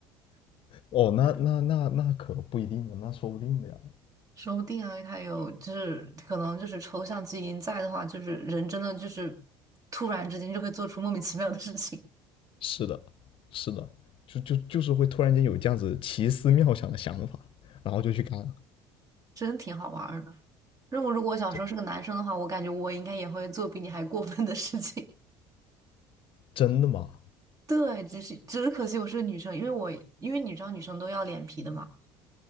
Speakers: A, on the left (about 50°); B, on the right (about 30°).
A: 哦，那那那那可不一定的，那说不定的呀。
B: 说不定啊，还有就是可能就是抽象基因在的话，就是人真的就是突然之间就会做出莫名其妙的事情，
A: 是的，是的，就就就是会突然间有这样子奇思妙想的想法，然后就去干了。
B: <laughs> 真挺好玩儿的。如果如果我小时候是个男生的话，
A: 真
B: 我感觉我应该也会做比你还过分的事情。
A: 真的吗？
B: <laughs> 对，只是只是可惜我是个女生，因为我因为你知道女生都要脸皮的嘛，